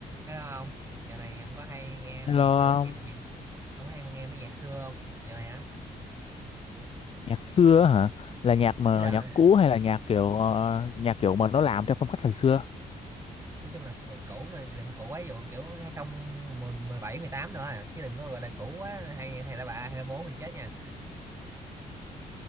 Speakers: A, on the right; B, on the left.
A: Hello ông, dạo này ông có hay nghe mấy
B: Hello,
A: nhạc kiểu
B: ông.
A: nhạc nhạc ông có hay nghe mấy nhạc xưa không? Dạo này á,
B: nhạc xưa á hả? Là nhạc mà
A: ý là
B: nhạc cũ hay là nhạc kiểu ờ, nhạc kiểu mà nó làm theo phong cách thời xưa?
A: nói chung là cũ, cũ mà đừng cũ quá ví dụ kiểu hai không một bảy mười tám nữa à. chứ đừng có gọi là cũ quá hay hay là bà hay là bố mình chết nha.